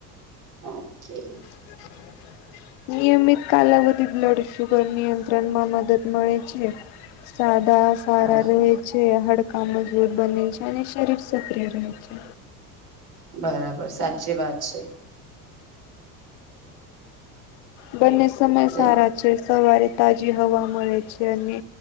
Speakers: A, on the right; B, on the left.
A: ઓકે.
B: હ. નિયમિત કાલાવધિ બ્લડ શુગર નિયંત્રણમાં મદદ મળે છે. સાદા સારા
A: હા
B: રહે છે, હડકા મજબૂત બને છે, અને શરીર સક્રિય રહે છે.
A: બરાબર, સાચી વાત છે.
B: બંને સમય
A: એ
B: સારા છે, સવારે તાજી હવા મળે છે, અને